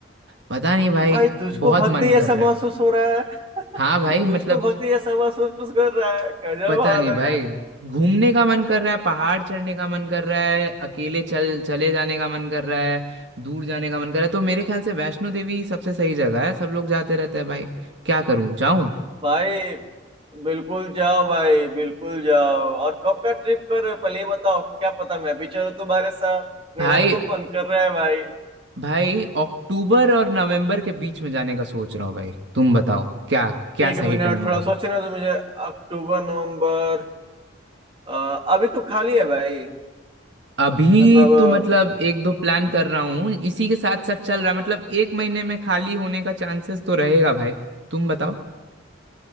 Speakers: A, on the right; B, on the right.
A: पता नहीं भाई
B: भाई तुझको
A: बहुत
B: भक्ति
A: मन कर
B: ऐसा
A: रहा
B: महसूस
A: है
B: हो रहा है
A: हाँ भाई
B: <laughs>
A: मतलब
B: तुझको भक्ति ऐसा महसूस कर रहा है गजब
A: पता
B: हाल
A: नहीं
B: है
A: भाई
B: यार
A: घूमने का मन कर रहा है पहाड़ चढ़ने का मन कर रहा है अकेले चल चले जाने का मन कर रहा है दूर जाने का मन कर रहा है तो मेरे ख्याल से वैष्णो देवी ही सबसे सही जगह है सब लोग जाते रहते हैं भाई क्या करूं जाऊं
B: भाई बिल्कुल जाओ भाई बिल्कुल जाओ और कब का ट्रिप कर रहे हो पहले ये बताओ क्या पता मैं भी चलूं तुम्हारे साथ मेरा
A: भाई
B: भी तो मन कर रहा है भाई
A: भाई अक्टूबर और नवंबर के बीच में जाने का सोच रहा हूँ भाई तुम बताओ क्या क्या
B: एक
A: सही
B: मिनट
A: टाइम होगा
B: थोड़ा सोचने तो मुझे अक्टूबर नवंबर अ, अभी तो खाली है भाई
A: अभी
B: मतलब
A: तो मतलब एक दो प्लान कर रहा हूँ इसी के साथ साथ चल रहा है मतलब एक महीने में खाली होने का चांसेस तो रहेगा भाई तुम बताओ